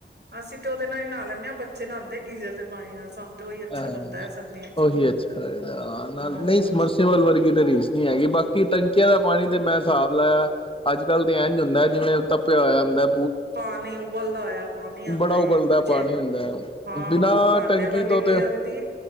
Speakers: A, on the right (about 65°); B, on the left (about 30°).
A: ਅਸੀਂ ਤੇ ਉਹਦੇ ਨਾਲ ਹੀ ਨਾ ਲੈਂਦੇ ਹਾਂ ਬੱਚੇ ਨਾਉਂਦੇ ਗੀਜ਼ਰ ਤੇ ਪਾਣੀ ਨਾਲ ਤੇ ਉਹੀ ਅੱਛਾ
B: ਹਾਂ
A: ਲੱਗਦਾ ਹੈ ਸਰਦੀਆਂ ਚ
B: ਉਹੀ
A: ਵੀ
B: ਅੱਛਾ ਲੱਗਦਾ ਨਾਲ
A: ਹਮ
B: ਨਹੀਂ ਸਮਰਸਿਵਲ ਵਰਗੀ ਤਾਂ ਰੀਸ ਨਹੀਂ ਹੈਗੀ ਬਾਕੀ ਟੈਂਕੀਆਂ ਦਾ ਪਾਣੀ ਤੇ ਮੈਂ ਹਿਸਾਬ ਲਾਇਆ ਅੱਜ ਕਲ ਤੇ ਇਂਝ ਹੁੰਦਾ ਜਿਵੇਂ ਤਪਿਆ ਹੋਇਆ ਹੁੰਦਾ ਏ
A: ਪਾਣੀ ਉਬਲਦਾ ਹੋਇਆ ਪਾਣੀ ਆਉਂਦਾ
B: ਬੜਾ ਉਬਲਦਾ
A: ਬੱਚੇ
B: ਪਾਣੀ ਹੁੰਦਾ ਹੈ
A: ਹਾਂ
B: ਬਿਨਾਂ
A: ਉਹ ਭਾਂਡੇ
B: ਟੰਕੀ
A: ਵਾਲੇ
B: ਤੋਂ
A: ਵੀ
B: ਤੇ
A: ਏ ਆਉਂਦੀ